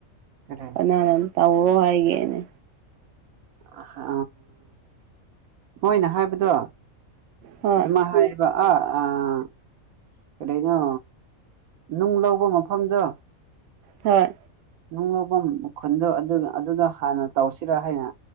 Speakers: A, on the right; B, on the right.
A: ꯀꯔꯤ
B: ꯀꯅꯥꯅ ꯇꯧꯔꯣ ꯍꯥꯏꯒꯦꯅꯦ
A: ꯑ ꯍꯥ ꯃꯣꯏꯅ ꯍꯥꯏꯕꯗꯣ
B: ꯍꯣꯏ
A: ꯑꯗꯨꯃꯥꯏꯅ ꯍꯥꯏꯌꯦꯕ ꯑ ꯑꯥ ꯀꯩꯔꯤꯅꯣ ꯅꯨꯡ ꯂꯧꯕ ꯃꯐꯝꯗꯣ
B: ꯍꯣꯏ
A: ꯅꯨꯡ ꯂꯧꯕ ꯃꯈꯨꯟꯗꯣ ꯑꯗꯨꯗ ꯍꯥꯟꯅ ꯇꯧꯁꯤꯔꯥ ꯍꯥꯏꯅ